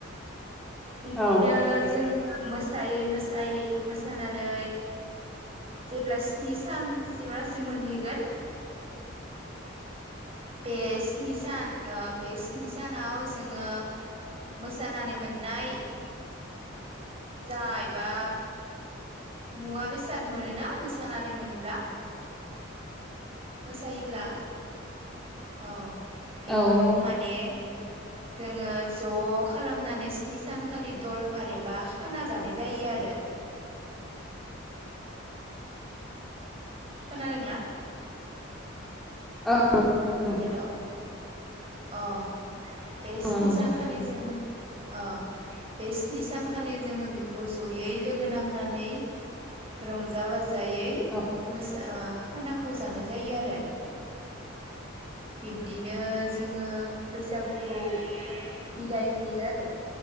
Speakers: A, on the right; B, in the centre.
A: बिब्दिनो
B: औ
A: जों मोसायै मोसायै मोसानानै जेब्ला स्नि सानसिमलासिम मोनहैगोन बे स्नि सान ओ बे स्नि सानाव जोङो मोसानानै मोन नाय जायबा मुवा बेसाद मोनोना मोसानानै मोनब्ला मोसायोब्ला अ बेखौ
B: औ नंगौ
A: माने जोङो ज' खालामनानै स्नि सानखालि दलफोर एबा खाना जानाय जायो आरो खोनादोंना
B: ओ औ <unintelligible>
A: हेल' अ बे स्नि
B: औ नोंथां
A: सानखालि जोङो अ बे स्नि सानखालि जोङो बेखौ जयै लोगो नांनानै रंजा बाजायै
B: औ
A: मोसा खानाखौ जानाय जायो आरो बिब्दिनो जोङो बैसागुखौ बिदाय होयो आरो